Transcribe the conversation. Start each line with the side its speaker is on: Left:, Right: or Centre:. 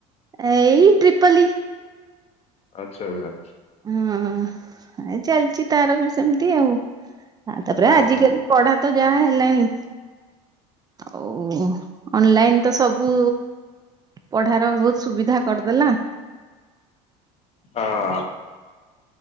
Right: ଏଇ ଟ୍ରିପଲି।
Left: ଆଚ୍ଛା ଆଚା।
Right: ହଁ ଏ ଚାଲିଚି ତାର ବି ସେମିତି ଆଉ ଆ ତାପରେ
Left: ହଁ
Right: ଆଜିିକାଲି
Left: ହଁ
Right: ପଢା ତ ଯାହା ହେଲାଣି। ଆଉ ଅନଲାଇନ୍‌ ତ ସବୁ ପଢାର ବହୁତ ସୁବିଧା କରିଦେଲା।
Left: ହଁ ଅଁ